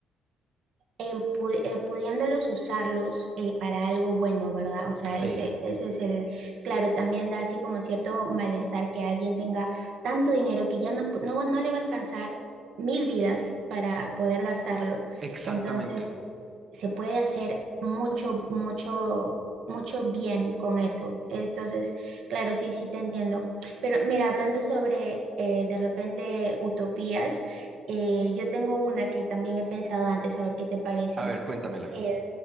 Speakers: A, on the right (about 70°); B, on the right (about 40°).
A: em, pu- eh, pudiéndolos usarlos eh, para algo bueno, ¿verdad? O sea, ese,
B: Sí,
A: ese es el, claro, también da así como cierto malestar que alguien tenga tanto dinero que ya no, pu- no, no le va a alcanzar mil vidas para poder gastarlo.
B: exactamente.
A: Entonces, se puede hacer mucho, mucho, mucho bien con eso. Entonces, claro, sí, sí te entiendo. Pero mira, hablando sobre eh, de repente utopías. Eh, yo tengo una que también he pensado antes, a ver qué te parece.
B: A ver, cuéntamela.
A: Eh,